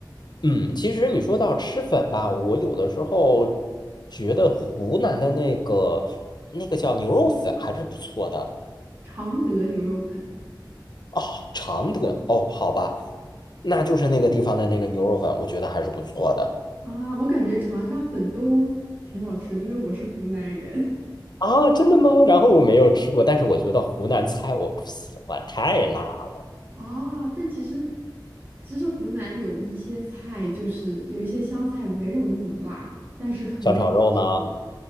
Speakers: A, on the left (about 60°); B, on the right (about 25°).
A: 嗯，其实你说到吃粉吧，我有的时候觉得湖南的那个那个叫牛肉粉还是不错的。
B: 常德牛肉粉。
A: 哦，常德哦，好吧，那就是那个地方的那个牛肉粉，我觉得还是不错的
B: 啊，我感觉长沙粉都挺好吃的，因为我是湖南人
A: 啊，真的吗？然后我没有吃过，但是我觉得湖南菜我不喜欢，太辣了。
B: <laughs> 啊。但其实，其实湖南有一些菜，就是有一些湘菜没有那么辣，但是很好吃
A: 小炒肉吗？